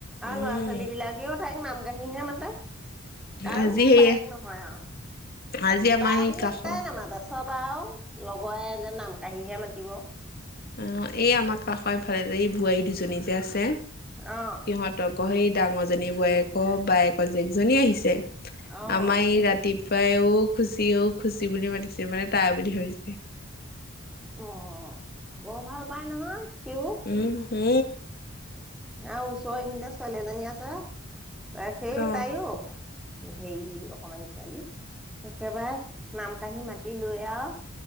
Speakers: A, in the centre; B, on the left.
A: আৰু
B: উম,
A: ল'ৰা-ছোৱালী বিলাকেও তাইক নাম কাঢ়িহে মাতে। কাৰো
B: আজি সেয়ে
A: বায়েক নহয় আৰু
B: আজি আমাৰ
A: বা
B: সেই
A: বুলি
B: কাষৰ
A: এটাই নামাতে, আছে- চব আৰু লগৰে এ যেন, নাম কাঢ়িহে মাতিব।
B: অ', এই আমাৰ কাষৰ এফালে যে এই বোৱাৰী দুজনী যে আছে।
A: অ'!
B: সিহঁতকো সেই, ডাঙৰজনী বোৱাৰীয়েক, বায়েকৰ জীয়েকজনী আহিছে।
A: অঁ
B: আমাৰ এই, ৰা ৰাতিপুৱাইও, অ'! খুশি, অ'! খুশি বুলি মাতিছে। মানে, তাই বুলি ভাবিছে।
A: অ'! বৰ ভাল পাই নহয়, সিও।
B: উম, হু!
A: আৰু ওচৰ এইখিনিতে, ছোৱালী এজনী আছে। সেই
B: অ'
A: তাইও, সেই, অকমানি ছোৱালী। একেবাৰে, নাম কঢ়ি মাতি লৈ আৰু।